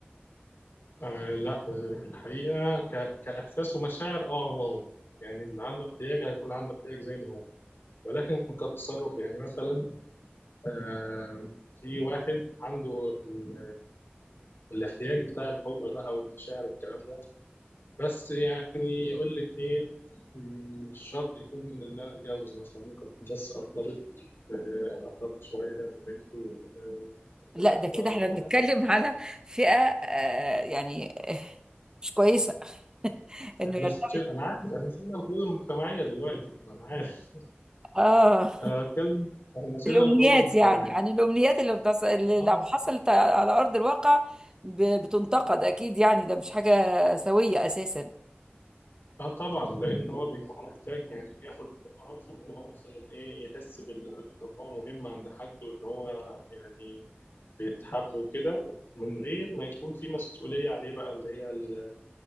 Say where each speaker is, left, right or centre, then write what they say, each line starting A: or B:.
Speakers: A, on the left; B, on the right.
A: آه لا الحقيقة ك... كإحساس ومشاعر اه هو هو يعني اللي عنده احتياج هيكون عنده احتياج زي ما هو ولكن كتصرف يعني مثلا آه في واحد عنده ال... الاحتياج بتاع الحب بقى والمشاعر والكلام ده بس يعني يقول لك ايه مم، مش شرط يكون ان انا اتجوز مثلا ممكن بس ارتبط آه، ارتبط شويه ببنت و-
B: لا
A: ونحب
B: ده كده
A: بعض
B: احنا
A: وكده
B: بنتكلم <laughs> على فئة آه يعني آه، مش كويسة انه
A: احنا
B: يرتبط
A: ش... انا عارف احنا شلنا القيود المجتمعيه دلوقتي ما انا عارف
B: اه
A: انا بتكلم احنا شلنا
B: الامنيات
A: القيود المجتمعيه
B: يعني عن الامنيات اللي, بتص... اللي
A: اه
B: لو حصلت على ارض الواقع ب... بتنتقد اكيد يعني ده مش حاجة سوية اساسا
A: آه طبعا لان هو بيكون محتاج يعني ياخد اللي هو عاوزه إن هو مثلا ايه يحس بال ان هو مهم عند حد وان هو يعني بيتحب وكده من غير ما يكون في مسؤوليه عليه بقى اللي هي ال-